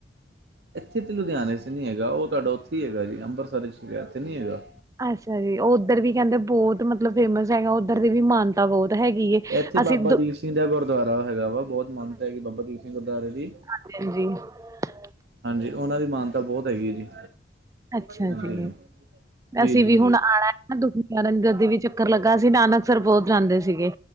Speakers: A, on the right (about 60°); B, on the right (about 20°).
A: ਇੱਥੇ ਤਾਂ ਲੁਧਿਆਣੇ 'ਚ ਨਹੀਂ ਹੈਗਾ। ਉਹ ਤੁਹਾਡਾ ਉੱਥੇ ਹੀ ਹੈਗਾ ਜੀ ਅੰਮ੍ਰਿਤਸਰ ' ਸ਼ਿਕਾਇ ਇਥੇ ਨਹੀਂ ਹੈਗਾ।
B: ਅੱਛਾ ਜੀ ਉਹ ਉੱਧਰ ਵੀ ਕਹਿੰਦੇ ਬਹੁਤ ਮਤਲਬ ਫੇਮਸ ਹੈਗਾ ਉੱਧਰ ਦੇ ਵੀ ਮਾਨ ਤਾਂ ਬਹੁਤ ਹੈਗੀ ਏ।
A: ਇੱਥੇ
B: ਅਸੀਂ
A: ਬਾਬਾ
B: ਦ
A: ਦੀਪ ਸਿੰਘ ਦਾ ਗੁਰਦੁਆਰਾ ਹੈਗਾ। ਵਾ ਬਹੁਤ ਮਾਨਤ ਹੈਗੀ ਬਾਬਾ ਦੀਪ ਸਿੰਘ ਗੁਰਦੁਆਰੇ ਦੀ।
B: ਹਾਂਜੀ-ਹਾਂਜੀ।
A: ਹਾਂਜੀ ਉਹਨਾਂ ਦੀ ਮਾਨਤਾ ਬਹੁਤ ਹੈਗੀ ਆ ਜੀ।
B: ਅੱਛਾ
A: ਹਾਂਜੀ
B: ਜੀ
A: ਹਾਂਜੀ ਜੀ
B: ਅਸੀਂ
A: ਜੀ
B: ਵੀ
A: ਜੀ
B: ਹੁਣ ਆਉਣਾ। ਦੁਖੀਦਨ ਜਦੀ ਵੀ ਚੱਕਰ ਲੱਗਾ ਸੀ ਨਾਨਕਸਰ ਪਹੁੁੰਤ ਜਾਂਦੇ ਸੀਗੇ।